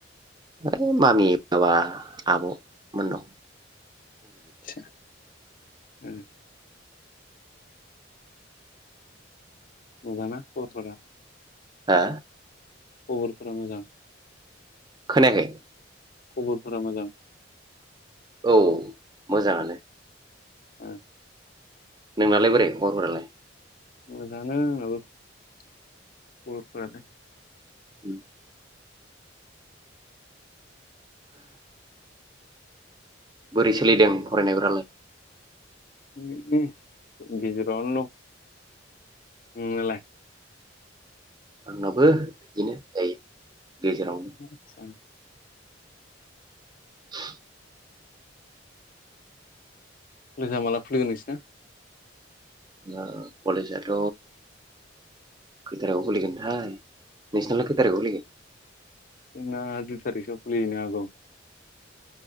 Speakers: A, on the right; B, on the left.
A: ओ मामि माबा आब'मोन दं।
B: सा उम मोजांना खबरफोरा?
A: हा
B: खबरफोरा मोजां।
A: खोनायाखै?
B: खबरफोरा मोजां।
A: औ मोजाङानो।
B: ओ
A: नोंनालाय बोरै खबरफोरालाय?
B: मोजाङानो आंनाबो खबरफोरालाय।
A: उम बोरै सोलिदों फरायनायफोरालाय?
B: <unintelligible> गेजेरावनो दं नोंनालाय?
A: आंनाबो बिदिनो दायो गेजेराव।
B: आतसा
A: औ
B: मोजां माला खुलिगोन नोंसिना?
A: ओ कलेजआथ' खैथारिक आव खुलिगोनथाय नोंसिनालाय खैथारिकआव खुलिगोन?
B: जोंना दुइ थारिखसोआव खुलिहैनो हागौ।